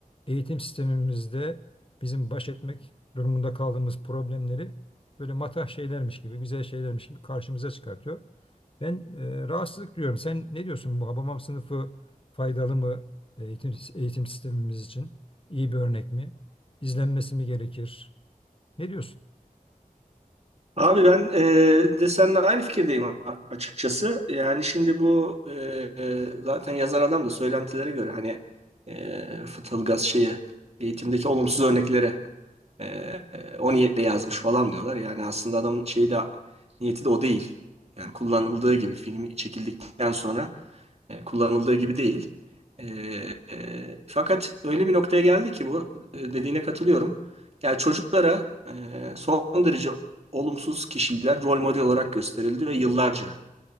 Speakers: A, on the left; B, on the right.
A: eğitim sistemimizde bizim baş etmek durumunda kaldığımız problemleri böyle matah şeylermiş gibi, güzel şeylermiş gibi karşımıza çıkartıyor. Ben e, rahatsızlık duyuyorum. Sen ne diyorsun bu Hababam sınıfı faydalı mı eğitim, eğitim sistemimiz için? İyi bir örnek mi? İzlenmesi mi gerekir? Ne diyorsun?
B: Abi ben e, de seninle aynı fikirdeyim a- açıkçası. Yani şimdi bu e, e, zaten yazar adam da söylentilere göre hani e, Fıtılgaz şeyi eğitimdeki olumsuz örneklere e, e, o niyetle yazmış falan diyorlar. Yani aslında adamın şeyi de niyeti de o değil. Yani kullanıldığı gibi film çekildikten sonra e, kullanıldığı gibi değil. E, e, fakat öyle bir noktaya geldi ki bu e, dediğine katılıyorum. Yani çocuklara e, son derece olumsuz kişiler rol model olarak gösterildi ve yıllarca.